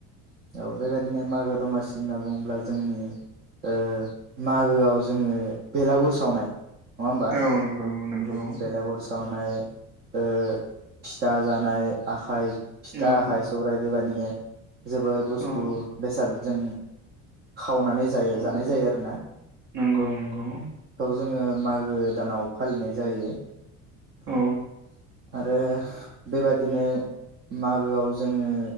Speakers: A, on the right; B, on the right.
A: औ बेबायाददिनो मागो दमासि होनना बुङोब्ला जोंनि ओ मागोआव जोङो बेलागुर सावनाय होमबा
B: औ नंगौ नंगौ।
A: बेलागुर सावनाय ओ फिथा जानाय आखाइ फिथा
B: औ
A: आखाइ सौराइ बेबायदिनो जोबोर बुस्थु
B: औ
A: बेसाद जों खावनानै जायो
B: औ
A: जानाय जायो आरो ना।
B: नंगौ नंगौ
A: जोङो मागो दानाव फालिनाय जायो।
B: औ
A: आरो बेबादिनो मागोआव जोङो